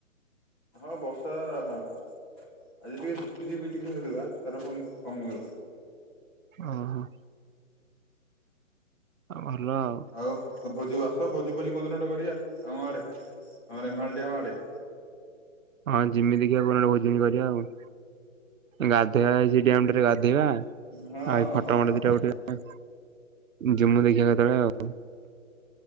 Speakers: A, on the left; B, on the right.
A: ହଁ ବର୍ଷା ଆଜି ଟିକେ ଝିପି ଝିପି ଟିକେ ହେଇଥିଲା ତାରେ ପୁଣି କମିଗଲା।
B: ଓହୋ ଆଉ ଭଲ ଆଉ।
A: ଆଉ ଭୋଜିକୁ ଆସ ଭୋଜି ଫୋଜି କେଉଁଦିନ ଗୋଟେ କରିବା ଆମ ଆଡ଼େ ଆମ ରେମାହାଲ୍ ଡ୍ୟାମ୍ ଆଡ଼େ।
B: ହଁ ଯିମି ଦେଖଆ କୋଉଦିନ ଭୋଜନୀ କରିବା ଆଉ। ଗାଧେଇବାରେ ସେ ଡ୍ୟାମଟାରେ ଗାଧେଇବା ଆଉ
A: ହଁ
B: ଏ ଫୋଟୋ
A: ହଁ
B: ମୋଟ
A: ହଁ
B: ଦିଇଟା
A: ଠିକ
B: ଉଠେଇବା
A: ଠିକ
B: ଜିମୁ ଦେଖିଆ କେତେବେଳେ ଆଉ।